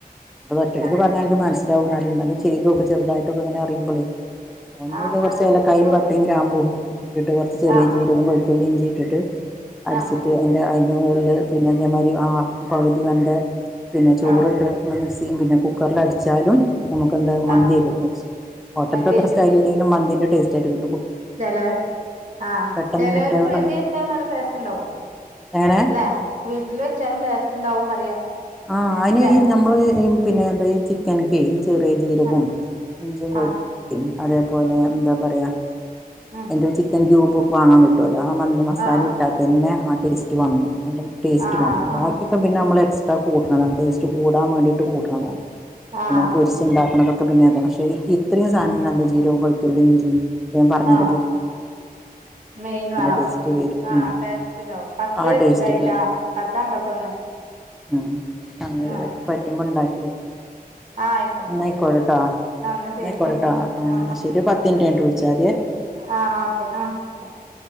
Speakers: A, in the centre; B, on the right.
A: അത്റ്റെടുക്ക്
B: അതന്നെ
A: പറഞാ അന്നക്ക് മന ലും ചെയ്തോക്കെ ചെറുതായിട്ടൊെ ഇങ്ങനെ അറിയ്പോളെയ് ഒന്നുമില്ല
B: ആഹ്
A: കുറച്ച്
B: അത്
A: ഏലക്കയും
B: ഇക്കും
A: പട്ടയും ഗ്രാമ്പൂ ഇട്ടിട്ട് കുറച്ച് ചെറിയ
B: ആഹ്
A: ജീരകം വെളുതുളളി ഇഞ്ചിട്ടട്ട് അടിച്ച്
B: ആഹ്
A: മ എന്റെ അതിന്റെറെ മുകളിൽ പിന്നെ ഇതേമാതിരി ആ പകുതി വെന്ത പിന്നെ ചോറിട്ട്
B: ആഹ്
A: മിക്സി പിന്നെ കുക്കറില അടിച്ചാലും നമുക്ക് എന്താ മന്തിയായി
B: ആഹ്
A: കിട്ടും ഹോട്ടലത്തെ
B: മന്തി
A: അത്ര
B: ആയിട്ട്
A: സ്റ്റൈില്ലല്ലങ്കിലും മന്തിന്റെ ടേസ്റ്റ് ആയികിട്ടും
B: ചിലർ ആ
A: പെട്ടെന്ന്
B: ചിലവർക്ക്
A: കുട്ടികൾക്ക്
B: വീട്ടൽവച്ച നല്ല ടേസ്റ്റ് ഉണ്ടാവും
A: എങ്ങനെ
B: അല്ലെ വീട്ടിൽ വെച്ചാലും ടേസ്റ്റ് ഉണ്ടാവും പറയാ
A: ആഹ് അയ്ന്
B: ല്ലെ
A: നമ്മള് പിന്നെ എന്താ ചിക്കന്ക്കെ ഈ ചെറിയ ജീരകവും
B: ആ
A: ഇഞ്ചി വെളു
B: ആ
A: അതേപോലെ എന്താ പറയാ
B: ഉം
A: അതിൻ്റെ ചിക്കൻ ക്യൂബ് വാങ്ങാൻ കിട്ടും കിട്ടോലോ ആ മതി മസാല
B: ആ
A: ഇട്ടാൽ തന്നെ ആ ടേസ്റ്റ് വന്നു അതിന്റെ ടേസ്റ്റ്
B: ആ
A: വന്നു
B: ആ
A: ബാക്കി ചിക്ക പിന്നെ നമ്മൾ എക്സ്ട്രാ കൂട്ടണതാണ് ടേസ്റ്റ് കൂടാൻ വേണ്ടിയിട്ട് കൂട്ടണതാണ്
B: ആ ആ
A: പിന്നെ പൊരിച്ച ഉണ്ടാക്കണതെ പിന്നെ പക്ഷെ ഇത്രയും സധനം നല്ല ജീരവും മെളുത്തുള്ളി ഇഞ്ചി ഇപ്പം ഞാൻ പറഞ്ഞി
B: ആ മെയിൻ വേണം
A: ടേസ്റ്റ് വരും
B: ആ
A: ഉം.
B: ടേസ്റ്റ് ഉണ്ടാവും പത്ത്
A: ആ ടേസ്റ്റ്ക്ക്
B: ഇതായിട്ടാ പത്ത് അമ്പത്തൊന്ന്
A: ഉം അങ്ങനെ
B: ആ
A: വരും അപ്പോ പറ്റുമ്പോ ഇണ്ടാക്കി നേ
B: ആ ആയിക്കോട്ടെ
A: ഇന്നായ്ക്കോട്ടെട്ടോ
B: ആ എന്നാ
A: ഇന്നായ്ക്കോട്ടെട്ടോ
B: ശരി ഉം
A: ആഹ്
B: ആ
A: എന്നാ ശെരി ഒര് പത്ത് മിനിറ്റ് കൈഞ്ഞിട്ട് വിളിച്ചാമതി
B: ആഹ് ഓക്കെ ആഹ് ഓക്കെ